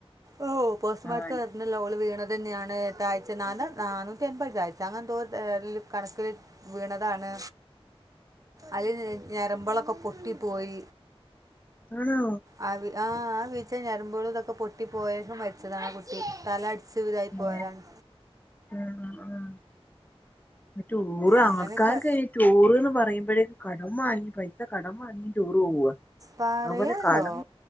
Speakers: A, on the right; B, on the left.
A: ഓ പോസ്റ്റ് മാർട്ടം
B: ആഹ്
A: വരുന്നല്ലോ അവള് വീണ അത് തന്നെയാണ് എട്ടാഴ്ച ന നാനൂറ്റി എൺപത് ആഴ്ച അങ്ങനെന്തോ കണക്കില് വീണതാണ് അതി ഞരമ്പോളൊക്കെ പൊട്ടിപ്പോയി
B: ആണോ
A: ആ വീ- ആ ആ വീചെ ഞരമ്പുകളും തൊക്കെ പൊട്ടി പോയേഷം മരിച്ചതാണ് ആ കുട്ടി തല അടി സിവ് ലായി പോയതാണ്
B: ആഹ് ആഹ് ടൂറ്
A: അങ്ങനെയൊക്കെ
B: ആൾക്കാർക്ക് ടൂറ്ന്ന് പറയുമ്പോഴേ കടം വാങ്ങി പൈസ കടം വാങ്ങി ടൂർ പോവ
A: പറയണ്ടോ
B: അതുപോലെ കടം